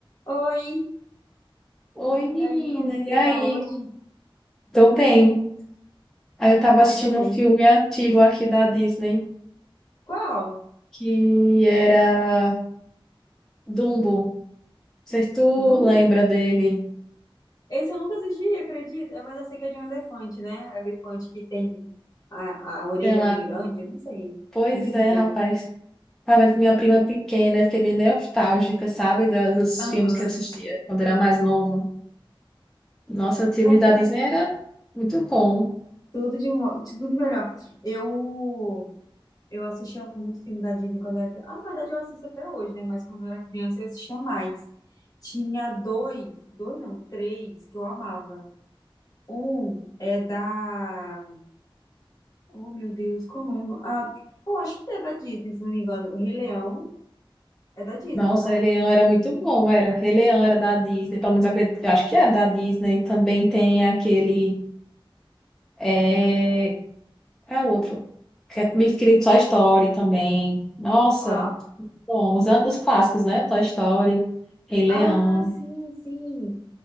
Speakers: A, on the left; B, in the centre.
A: Oi,
B: Oi, menina,
A: e aí, como
B: e
A: que você
B: aí?
A: tá hoje?
B: Tô bem. Aí eu tava
A: Ai,
B: assistindo
A: também.
B: um filme antigo aqui da Disney,
A: Qual?
B: que era Dumbo. Não sei se tu
A: Do... um?
B: lembra dele,
A: Esse eu nunca assisti, acredita? É, Mas eu sei que é de um elefante, né? É um Elefante que tem a, a orelha
B: que é
A: bem grande, não sei,
B: Pois
A: não tenho
B: é,
A: certeza.
B: rapaz. Tava vendo com minha prima pequena, eu fiquei meio nostálgica, sabe, da- dos
A: Aham,
B: filmes que eu assistia quando era mais novo. Nossa, os filmes
A: Cara,
B: da Disney era muito bom.
A: Tudo de, mo- tudo de melhor. Eu, eu assistia muito filme da Disney quando era criança. Ah, na verdade, eu assisto até hoje, né? Mas quando eu era criança, eu assistia mais. Tinha dois, dois não, três que eu amava. Um é da Oh, meu Deus, como é o nome? Ah, eu acho que é da Disney, se não me engano. O Rei Leão é da Disney,
B: Nossa,
A: não é?
B: Rei Leão era muito bom, era. Rei Leão era da Disney, pelo menos eu acredito, eu acho que era da Disney. Também tem aquele. eh, É outro. Que é meio querendo Toy Story também. Nossa,
A: Qual?
B: bom, os, an- os clássicos, né? Toy Story, Rei Leão.
A: Ah, sim, sim.